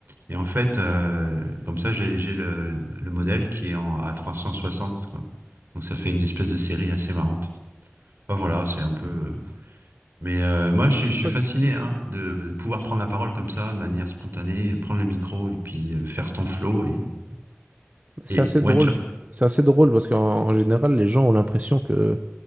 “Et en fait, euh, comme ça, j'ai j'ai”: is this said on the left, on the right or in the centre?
Right